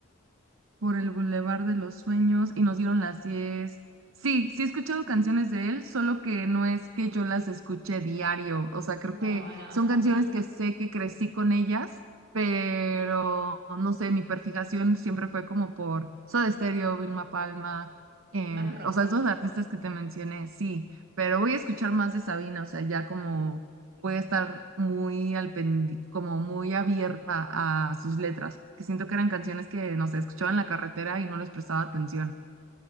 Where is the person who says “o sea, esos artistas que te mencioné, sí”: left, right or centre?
Right